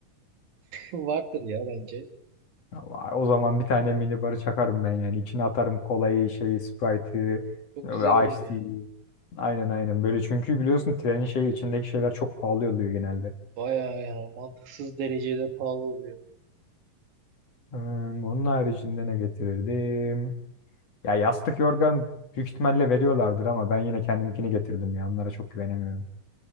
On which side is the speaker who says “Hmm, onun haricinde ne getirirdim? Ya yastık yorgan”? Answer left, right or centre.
Left